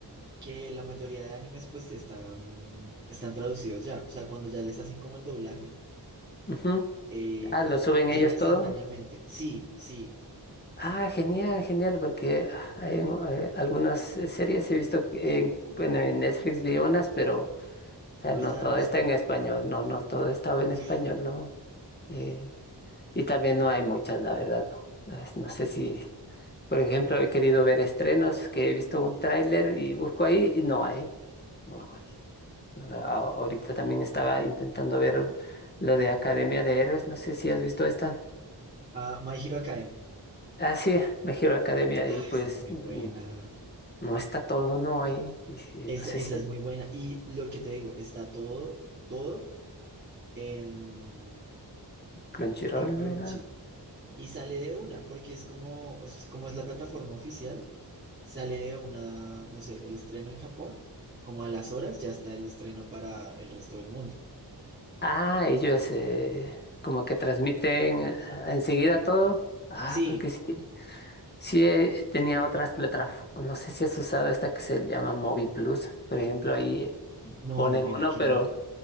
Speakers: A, on the right; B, on the left.
A: que la mayoría de animes pues están, están traducidos ya, o sea, cuando ya les hacen como el doblaje,
B: Ujú.
A: eh,
B: Ah, lo suben
A: llega
B: ellos
A: instantáneamente.
B: todo.
A: Sí, sí,
B: Ah, genial, genial, porque ah, hay eh, algunas eh, series he visto, que en, bueno, en Netflix vi unas, pero, o sea,
A: ¿no
B: no
A: estaban
B: todo
A: en español?
B: está en español, no, no todo estaba en
A: Uf,
B: español, ¿no? Eh, y también no hay muchas, la verdad, no. Ah, Es- No sé si, por ejemplo, he querido ver estrenos que he visto un tráiler y busco ahí y no hay, no hay. Ah, ahorita también estaba intentando ver lo de Academia de Héroes, no sé si has visto esta.
A: ah, My Hero Academy.
B: Ah, sí, Me Hero Academia
A: Ah,
B: y pues
A: esa es muy
B: mm,
A: buena,
B: No está todo, no hay. y si-
A: esa,
B: No sé
A: esa
B: si
A: es muy buena. Y lo que te digo, está todo, todo en,
B: Crunchyroll,
A: en Crunchy.
B: ¿verdad?
A: Y sale de una, porque es como, es como es la plataforma oficial. Sale una, no sé, el estreno en Japón, como a las horas ya está el estreno para el resto del mundo.
B: Ah, ellos eh, como que transmiten eh, enseguida todo. Ah,
A: Sí,
B: porque sí, sí eh, tenía otras plataformas. No sé si has usado esta que se llama Movi Plus. Por ejemplo, ahí
A: no,
B: ponen
A: mira
B: uno,
A: que
B: pero
A: no.